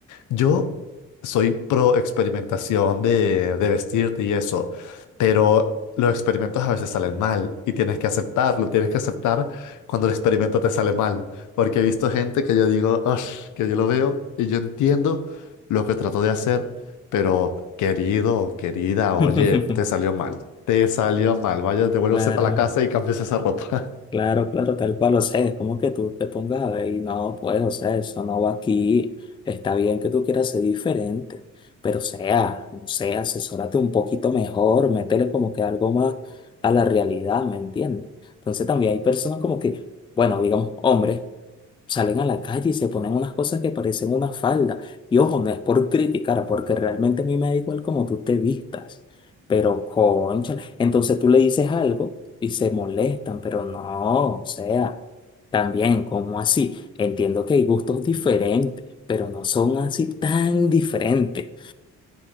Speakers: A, on the left; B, on the left.
A: yo soy pro experimentación de, de vestirte y eso, pero los experimentos a veces salen mal y tienes que aceptarlo, tienes que aceptar cuando el experimento te sale mal, porque he visto gente que yo digo, "Ush", que yo lo veo y yo entiendo lo que trató de hacer, pero querido, querida, oye,
B: <laughs>
A: te salió mal, te salió mal, vaya, devuélvase
B: Claro.
A: para la casa y cambies esa ropa.
B: Claro, claro, tal cual, o sea, es como que tú te pongas a ver y no, pues, o sea, eso no va aquí, está bien que tú quieras ser diferente, pero o sea, no sé, asesórate un poquito mejor, métele como que algo más a la realidad, ¿me entiendes? Entonces también hay personas como que, bueno, digamos, hombres salen a la calle y se ponen unas cosas que parecen una falda. Y ojo, no es por criticar, porque realmente a mí me da igual como tú te vistas. Pero concha, entonces tú le dices algo y se molestan, pero no, o sea, también, como así? Entiendo que hay gustos diferentes, pero no son así tan diferentes.